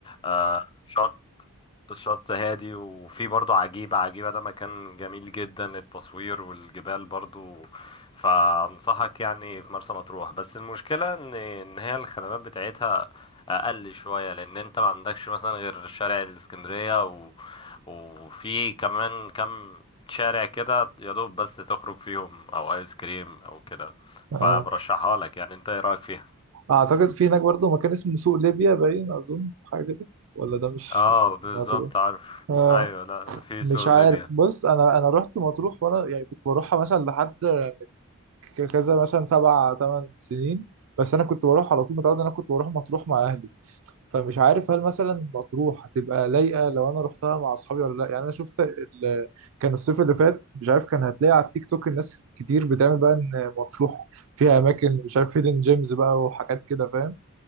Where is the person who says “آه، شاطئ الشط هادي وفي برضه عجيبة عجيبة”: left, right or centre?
Left